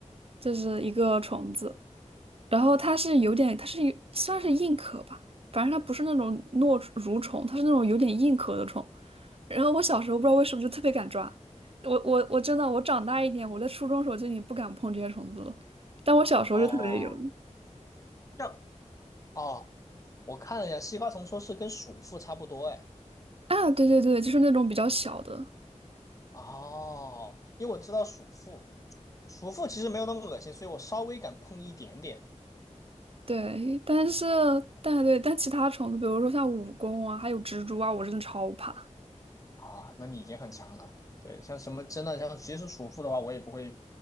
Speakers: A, on the right; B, on the left.
A: 就是一个虫子。然后它是有点，它是有算是硬壳吧，反正它不是那种糯蠕虫，它是那种有点硬壳的虫。然后我小时候不知道为什么就特别敢抓，我我我真的我长大一点，我在初中时候就已经不敢碰这些虫子了，但我小时候就特别有
B: 哦，这哦我看了一下，西瓜虫，说是跟鼠妇差不多，哎，
A: 啊，对对对，就是那种比较小的，
B: 哦，因为我知道鼠妇，鼠妇其实没有那么恶心，所以我稍微敢碰一点点
A: 对，但是但对，但其他虫子，比如说像蜈蚣啊，还有蜘蛛啊，我真的超怕。
B: 啊，那你已经很强了。对，像什么真的像其实鼠妇的话，我也不会，